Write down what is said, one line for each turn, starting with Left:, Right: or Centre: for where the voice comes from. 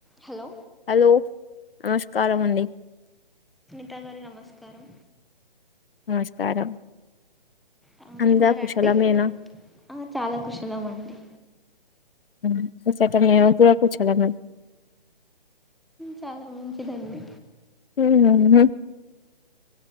Centre: Hello
Left: hello నమస్కారమండి
Centre: కట్టగారి నమస్కారం
Left: నమస్కారం
Centre: ఆ
Left: అంతా
Centre: తిన్నార
Left: కుశలమేనా
Centre: అండి ఆ చాలా కుషలం అండి
Left: ఆ ఇచ్చట నేను కూడ కుశలమే
Centre: చాలా మంచిదండి
Left: ఉహు